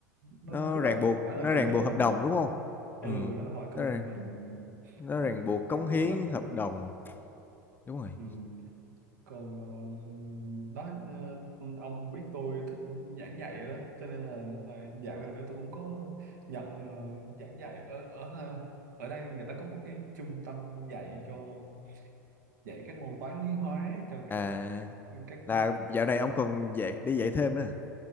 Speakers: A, on the right; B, on the left.
A: nó
B: nó
A: cứ
B: ràng
A: đòi
B: buộc
A: hỏi
B: nó
A: là commitment
B: ràng buộc hợp đồng đúng không ừ
A: ừ nó hỏi commitment
B: nó ràng, nó
A: ờ,
B: ràng buộc cống
A: ràng
B: hiến
A: buộc đó
B: hợp đồng đúng rồi
A: ừ. còn ờ, đó ờ, ông biết tôi thích giảng dạy đó cho nên là, là dạo gần đây tôi cũng có nhận ờ, giảng dạy ở ở ờ, ở đây người ta có một cái trung tâm dạy cho dạy các môn toán lý hóa cho các
B: à
A: các
B: là dạo này ông còn dạy đi dạy thêm nữa à?